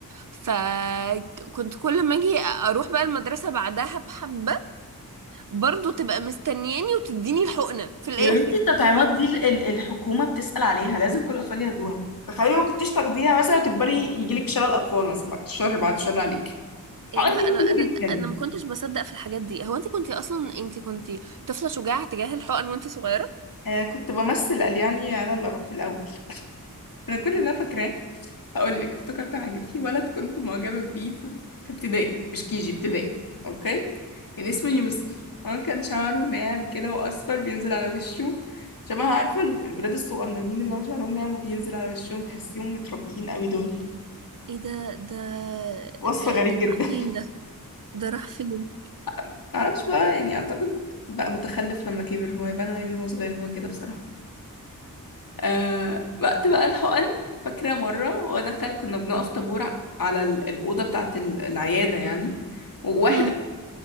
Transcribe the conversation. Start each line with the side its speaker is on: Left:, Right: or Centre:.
Right: فكنت كل ما اجي اروح بقى المدرسة بعدها بحبة برضو تبقى مستنياني وتديني الحقنة في الاخر
Left: يا بنتي التطعيمات
Right: وانا
Left: دي ال- ال- الحكومة بتسأل عليها لازم كل الأطفال ياخدوها تخيلي ما كنتيش تاخديها مثلا وتكبري يجيلك شلل أطفال مثلا بعد الشر بعد الشر عليك الحقن
Right: إيه لا
Left: دي مهمة
Right: انا انا
Left: جدا
Right: انا ما كنتش بصدق في الحاجات دي هو انت كنتي اصلا انت كنتي طفلة شجاعة تجاه الحقن وانت صغيرة
Left: آه كنت بمثل قال يعني أنا اللي أروح في الأول أنا كل اللي أنا فاكراه هقول لك افتكرت حاجة في ولد كنت معجبة بيه في في ابتدائي مش كيجي ابتدائي اوكي كان اسمه يوسف هو كان شعره ناعم كده واصفر بينزل على وشه شبه عارفة ال- الولاد الصغننين اللي هم شعرهم ناعم وبينزل على وشهم تحسيهم متربيين قوي دول
Right: ايه ده ده
Left: وصف
Right: ده
Left: غريب
Right: ده
Left: جدا
Right: راح فين ده ده راح فين
Left: <laughs> معرفش بقى يعني اعتقد بقى متخلف لما كبر هو يبان عليه من هو صغير ان هو كده بصراحة آه وقت بقى الحقن فاكرة مرة هو دخل كنا بنقف طابور على ال- الأوضة بتاعة ال- العيادة يعني وواحد
Right: هم.